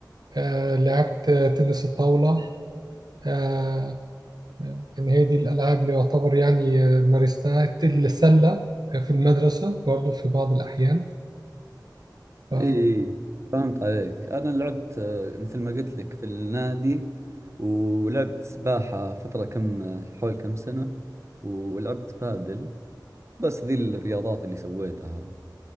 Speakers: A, on the right; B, on the right.
A: آه لعبت تنس الطاولة آه يعني هي دي الالعاب اللي يعتبر يعني آه، مارستها السلة في المدرسة برضو في بعض الاحيان ف...
B: اي فهمت عليك انا لعبت آه، مثل ما قلت لك في النادي ولعبت سباحة فترة كم حول كم سنة ولعبت بادل بس ذي الرياضات اللي سويتها